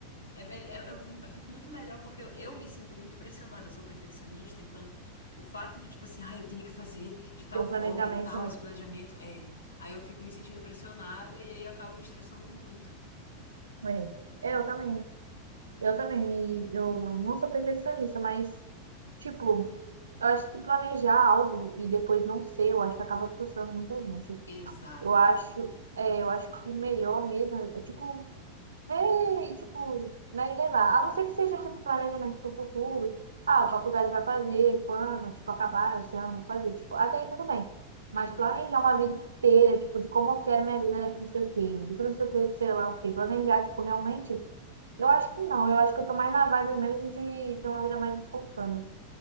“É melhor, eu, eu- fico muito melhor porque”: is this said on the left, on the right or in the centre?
Left